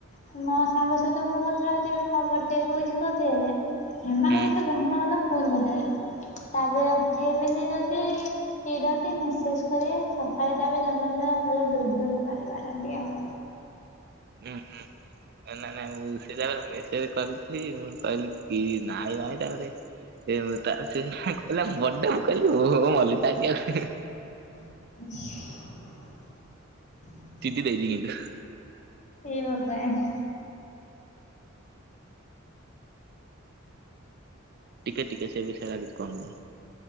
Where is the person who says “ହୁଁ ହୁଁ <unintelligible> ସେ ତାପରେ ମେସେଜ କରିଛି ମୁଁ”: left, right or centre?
Right